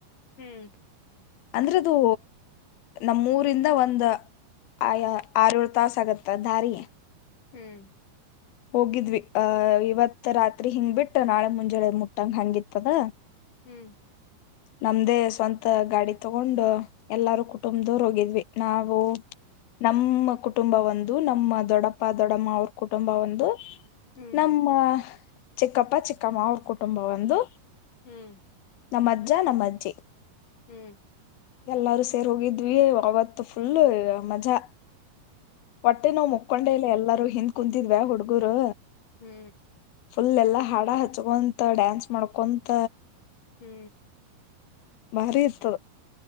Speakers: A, on the left; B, on the left.
A: ಹ್ಮ್
B: ಅಂದ್ರೆ ಅದು ನಮ್ಮೂರಿಂದ ಒಂದ ಆ ಯ ಆರ್ಯೋಳ್ ತಾಸ್ ಆಗತ್ತ ದಾರಿ
A: ಹ್ಮ್
B: ಹೋಗಿದ್ವಿ ಆ ಇವತ್ ರಾತ್ರಿ ಹಿಂಗ್ ಬಿಟ್ ನಾಳೆ ಮುಂಜಳೆ ಮುಟ್ಟಂಗ್ ಹಂಗಿತ್ತದ
A: ಹ್ಮ್
B: ನಮ್ದೇ ಸ್ವಂತ ಗಾಡಿ ತಗೊಂಡು ಎಲ್ಲಾರೂ ಕುಟುಂಬ್ದೋರ್ ಹೋಗಿದ್ವಿ ನಾವು ನಮ್ಮ ಕುಟುಂಬ ಒಂದು ನಮ್ಮ ದೊಡ್ಡಪ್ಪ ದೊಡಮ್ಮ ಅವ್ರ್ ಕುಟ್ ಟುಂಬ ಒಂದು
A: ಹ್ಮ್
B: ನಮ್ಮ ಚಿಕ್ಕಪ್ಪ ಚಿಕ್ಕಮ್ಮ ಅವ್ರ್ ಕುಟುಂಬ ಒಂದು
A: ಹ್ಮ್
B: ನಮ್ಮದ್ ಜ್ಜಾ ನಮ್ ಅಜ್ಜಿ
A: ಹ್ಮ್
B: ಎಲ್ಲಾರು ಸೇರ್ ಹೋಗಿದ್ವಿ ಅವತ್ತು ಫುಲ್ ಮಜಾ ಹೊಟ್ಟೆ ನೋವು ಮುಕ್ಕೊಂಡೆ ಇಲ್ಲ ಎಲ್ಲರೂ ಹಿಂದ್ ಕುಂತಿದ್ವ ಹುಡುಗುರು
A: ಹ್ಮ್
B: ಫುಲ್ ಎಲ್ಲಾ ಹಾಡ ಹಚ್ಕೊಂತ ಡ್ಯಾನ್ಸ್ ಮಾಡ್ಕೊಂತ
A: ಹ್ಮ್
B: ಭಾರಿ ಇರ್ತದ್